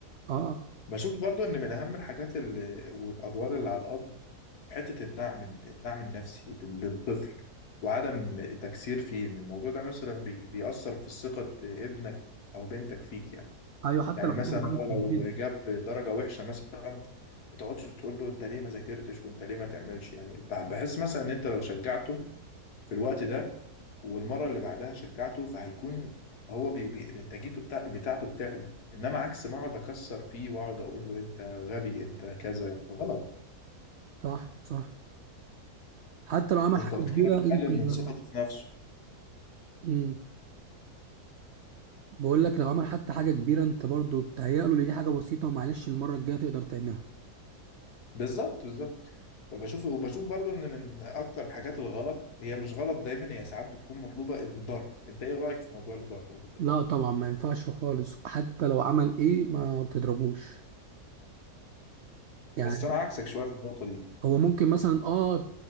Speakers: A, on the right; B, on the left.
A: اه
B: بشوف برضو ان من اهم الحاجات اللي والادوار اللي على الاب حتة الدعم الدعم النفسي للطفل وعدم تكسير فيه إن الموضوع ده مثلا بي- بيأثر في ثقة ابنك أو بنتك فيك يعني
A: ايوه حتى
B: يعني
A: لو عمل
B: مثلا
A: حاجه
B: هو لو
A: كبيره
B: جاب درجة وحشة مثلا ما تقعدش تقول له انت ليه ما ذاكرتش وانت ليه ما تعملش يعني بح- بحس مثلا ان انت لو شجعته في الوقت ده والمره اللي بعدها شجعته فهيكون هو بي بي انتاجيته بتاع بتاعته بتعلى انما عكس ما اقعد اكسر فيه واقعد اقول له انت غبي انت كذا غلط
A: صح صح حتى لو عمل
B: انت
A: حاجه كبيره
B: بت- كده بتقلل
A: انت <laughs>
B: من ثقته في نفسه
A: امم بقول لك لو عمل حتى حاجه كبيره انت برضو تهيأ له ان دي حاجه بسيطه ومعلش المره الجايه تقدر تعملها
B: بالظبط بالظبط وبشوف وبشوف برضو ان من اكتر الحاجات الغلط هي مش غلط دايما هي ساعات بتكون مطلوبه الضرب انت ايه رايك في موضوع الضرب ده؟
A: لا طبعا ما ينفعش خالص حتى لو عمل ايه ما تضربوش يعني
B: بس انا عكسك شويه في النقطه دي
A: هو ممكن مثلا اه